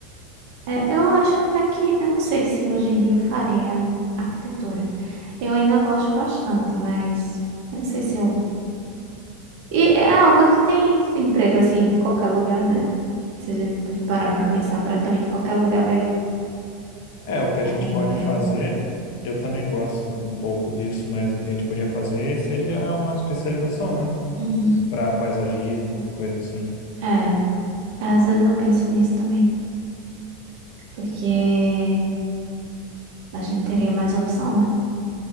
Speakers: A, on the right (about 60°); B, on the left (about 60°).
A: É, eu acho até que, eu não sei se hoje em dia eu faria arquitetura. Eu ainda gosto bastante, mas eu não sei se eu. E é algo que tem emprego assim em qualquer lugar, né? Se a gente parar pra pensar, praticamente qualquer lugar vai,
B: É, o que a
A: vai
B: gente
A: ter emprego.
B: pode fazer, eu também gosto um pouco disso, mas o que a gente podia fazer seria uma especialização, né?
A: Uhum.
B: Para paisagismo, coisa assim.
A: É, às vezes eu penso nisso também, porque a gente teria mais opção, né?